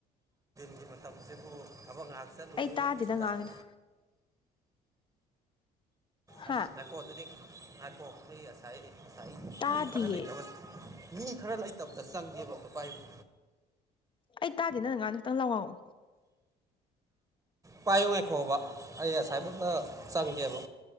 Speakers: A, on the right; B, on the left.
A: ꯁꯤ ꯃꯇꯝꯁꯤꯕꯨ ꯊꯕꯛ ꯉꯥꯏꯍꯥꯛ ꯆꯠꯂꯨꯕꯒꯤ
B: ꯑꯩ ꯇꯥꯗꯦ ꯅꯪ
A: ꯀꯁꯇ
B: ꯉꯥꯡꯉꯤꯗꯣ ꯍꯥ
A: ꯑꯁ ꯉꯥꯏꯀꯣ ꯑꯗꯨꯗꯤ ꯉꯥꯏꯀꯣ ꯑꯩ ꯉꯁꯥꯏꯗꯤ ꯉꯁꯥꯏ
B: ꯇꯥꯗꯤꯌꯦ
A: ꯈꯔ ꯂꯩꯇꯕꯅꯤ ꯃꯤ ꯈꯔ ꯂꯩꯇꯕꯗ ꯆꯪꯉꯦꯕꯄꯥꯏꯕꯨ
B: ꯑꯩ ꯇꯥꯗꯦ ꯅꯪ ꯉꯍ ꯈꯤꯇꯪ ꯂꯥꯎꯔꯥꯎꯑꯣ
A: ꯄꯥꯏꯌꯨ ꯉꯥꯏꯈꯣꯕ ꯑꯩ ꯉꯁꯥꯏꯕꯇ ꯆꯪꯒꯦꯕ